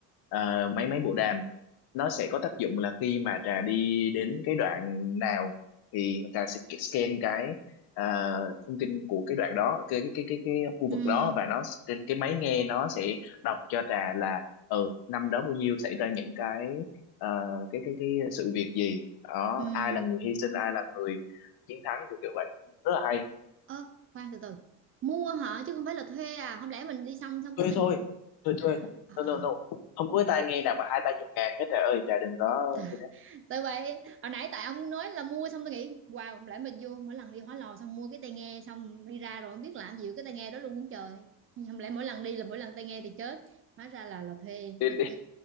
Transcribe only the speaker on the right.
Ừm,
ừm.
Ơ, khoan từ từ. Mua hả chứ không phải là thuê à? Không lẽ mình đi xong xong cái
mình
à
à
à.
à.
Tại vậy hồi nãy tại ông nói là mua xong tôi nghĩ wow không lẽ mình vô mỗi lần đi Hóa Lò xong mua cái tai nghe xong đi ra rồi không biết làm gì với cái tai nghe đó luôn trời không lẽ mỗi lần đi là mỗi lần tai nghe thì chết hóa ra là là thuê
ok